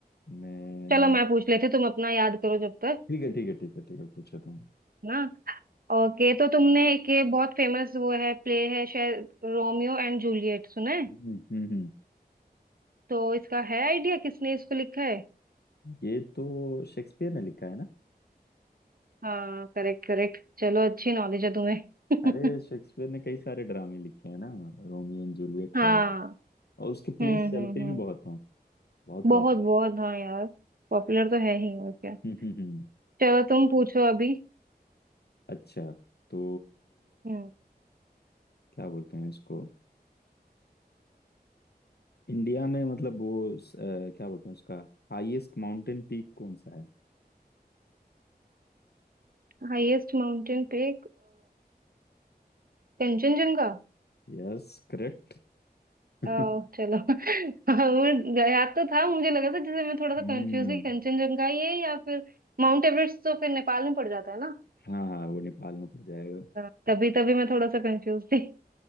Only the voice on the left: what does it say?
मैं
ठीक है ठीक है ठीक है ठीक है पूछो तुम
हम्म हम्म हम्म।
ये तो शेक्सपियर ने लिखा है ना
अरे
शेक्सपियर ने कई सारे ड्रामे लिखे हैं ना रोमियो एंड जूलियट
है और उसके
प्लेस चलते
भी बहुत हैं बहुत
पॉपुलर
हम्म हम्म, हम्म।
अच्छा तो
क्या बोलते हैं इसको इंडिया में मतलब वो स- अ, क्या बोलते हैं उसका हाईएस्ट माउंटेन पीक कौन सा है
Yes correct <laughs>
हम्म
हाँ हाँ वो नेपाल में पड़ जाएगा